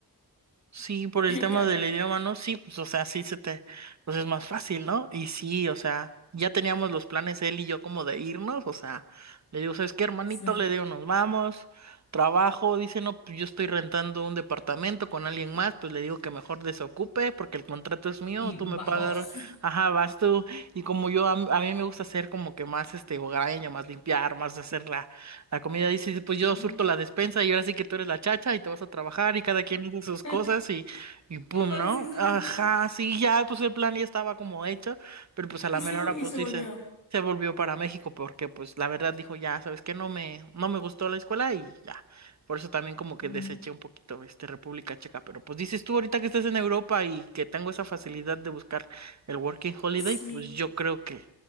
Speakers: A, on the right (about 45°); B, on the left (about 45°).
A: Sí, por el tema
B: <laughs> claro,
A: del idioma, ¿no? Sí, pues, o sea, sí se te, pues es más fácil, ¿no? Y sí, o sea, ya teníamos los planes él y yo como de irnos, o sea, le digo, ¿sabes qué, hermanito?
B: sí.
A: Le digo, nos vamos, trabajo, dice, no, pues yo estoy rentando un departamento con alguien más, pues le digo que mejor desocupe porque el contrato es mío,
B: Y
A: tú
B: vas
A: me pagas,
B: vos.
A: ajá, vas tú, y como yo, a, m- a mí me gusta hacer como que más, este, hogareño, más limpiar, más hacer la la comida dice, pues yo
B: Ujú.
A: surto la despensa y ahora sí que tú eres la chacha y te vas a trabajar y cada quien hizo sus
B: <laughs>
A: cosas y, y pum,
B: Me parece
A: ¿no?
B: excelente.
A: Ajá, sí, ya, pues el plan ya estaba como hecho, pero pues a
B: Y
A: la
B: se,
A: mera
B: vo-
A: hora,
B: y
A: pues
B: se
A: dice,
B: volvió.
A: se volvió para México porque pues la verdad dijo, ya, sabes que no me, no me gustó la escuela y ya. Por eso también como que
B: Mm,
A: deseché un poquito este República Checa, pero pues dices tú ahorita que estás en Europa y que tengo esa facilidad de buscar el Working Holiday,
B: Sí.
A: pues yo creo que,